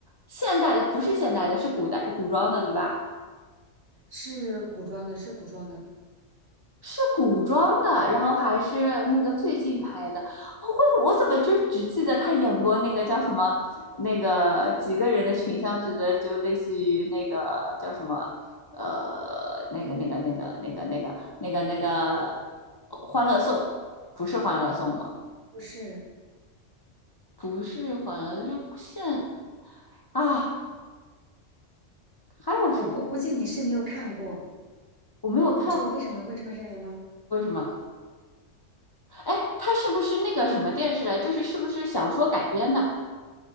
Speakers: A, on the left; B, on the right.
A: 现代的不是现代的，是古代古装的，对吧？
B: 是古装的，是古装的，
A: 是古装的，然后还是那个最近拍的。哦我我怎么就只记得他演过那个叫什么，那个几个人的群像剧的，就类似于那个叫什么，呃，那个那个那个那个那个那个那个《欢乐颂》，不是《欢乐颂》吗？
B: 不是
A: 不是还了，就是现啊，还有什么？
B: 我我估计你是没有看过。
A: 我没有看过
B: 你知道我为什么会这么认为吗？
A: 为什么？哎，它是不是那个什么电视来？就是是不是小说改编的？